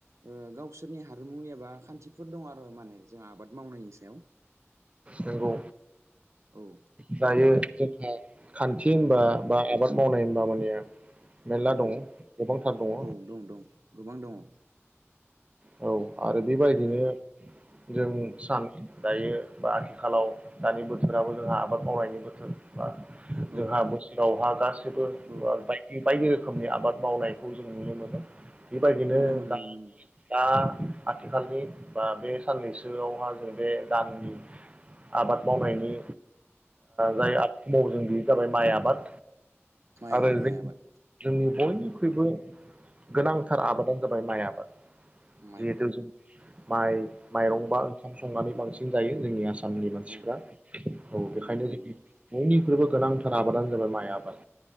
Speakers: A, on the right; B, on the right.
A: ओ गावसोरनि हारिमु एबा खान्थिफोर दं आरो माने जों आबाद मावनायनि सायाव।
B: नंगौ
A: औ
B: दायो
A: माने
B: जोंहा खान्थि होनबा
A: औ
B: बा आबाद मावनाय <unintelligible> मेल्ला
A: औ
B: दं गोबांथार दङ।
A: औ दं दं गोबां दङ।
B: औ आरो बेबायदिनो
A: दा
B: जों
A: औ
B: सान दायो बा आथिखालाव दानि बोथोराबो जोंहा आबाद मावनायनि बोथोर बा
A: औ
B: जोंहा बोसोरावहा दास <unintelligible> बाइदि
A: औ
B: बाइदि रोखोम रोखोमनि आबाद मावनायखौ जों नुनो मोनो। बेबायदिनो
A: नुनो मोनो
B: दा
A: नुनो मोनो
B: दा आथिखालनि बा बे साननैसोआवहा जों बे दाननि आबाद मावनायनि
A: औ
B: जाय आ <unintelligible> माव ओं बि जाबाय माया आबाद
A: माइ
B: आरो
A: आबाद माइ आबाद
B: जोंनि बयनिख्रुइबो गोनांथार
A: औ
B: आबादानो जाबाय माइ आबाद
A: माइ
B: जिहेतु
A: आबाद
B: जों माइ माइरं
A: औ
B: बा ओंखाम संनानै बांसिन जायो जोंनि आस सामनि मानसिफ्रा
A: औ
B: औ बेखायनो
A: नंगौ
B: जोंनि
A: नंगौ
B: बयनिख्रुइबो गोनांथार आबादानो जाबाय माइ
A: औ
B: आबाद